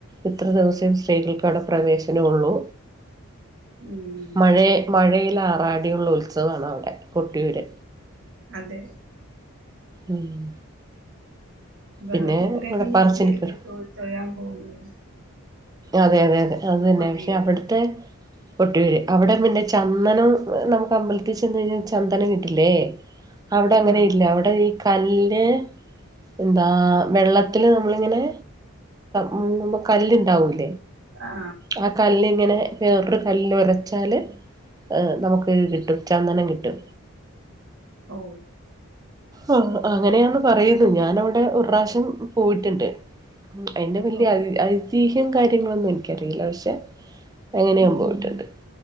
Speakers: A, on the right; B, on the right.
A: ഇത്ര ദിവസേം സ്ത്രീകൾക്ക് അവിടെ പ്രവേശനം ഉള്ളു
B: ഉം.
A: <unintelligible> മഴ മഴയിലാറാടിയുള്ള ഉത്സവാണ് അവിടെ കൊട്ടിയൂര്
B: അതെ
A: ഉം
B: വെള്ളത്തിൽക്കൂടെൊക്കെ
A: പിന്നെ ഇവിടെ
B: നീന്തിയല്ലേ
A: പറശ്ശിനിക്കടവ്
B: തൊഴ തൊഴാൻ പോകുന്നത്
A: അതെ അതെ അതെ അത് തന്നെ
B: കൊട്ടിയൂര്
A: പക്ഷെ അവിടുത്തെ കൊട്ടിയൂർ അവിടെ പിന്നെ ചന്ദനം നമുക്ക് അമ്പലത്തിൽ ചെന്ന് കഴിഞ്ഞാൽ ചന്ദനം കിട്ടില്ലേ അവിടെ അങ്ങനെ
B: ഉം
A: ഇല്ല അവിടെ ഈ കല്ല് എന്താ വെള്ളത്തില് നമ്മളിങ്ങനെ മുങ്ങുബോ കല്ലുണ്ടാവില്ലേ
B: ആ
A: ആഹ് കല്ലിങ്ങനെ വേറൊരു കല്ലിൽ ഒരച്ചാല് ഏഹ് നമുക്ക് ഇത് കിട്ടും ചന്ദനം കിട്ടും
B: ഓ
A: ആ അങ്ങനെയാന്ന് പറയുന്നു ഞാനവിടെ ഒരുാവശ്യം പോയിട്ടുണ്ട്. അതിന്റെ വലിയ
B: ഓ
A: ഐതിഹ്യം കാര്യങ്ങളൊന്നും എനിക്കറിയില്ല പക്ഷെ- അങ്ങനെയാൻ
B: ഉം
A: പോയിട്ടുണ്ട്